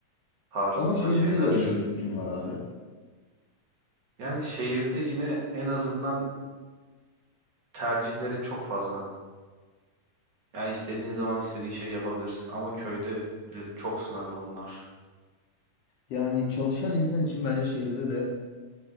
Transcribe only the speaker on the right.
tarzında
şeyler.
Yani şehirde yine en azından tercihlerin çok fazla. Yani istediğin zaman istediğin şeyi yapabilirsin ama köyde bir- çok sınırlı bunlar.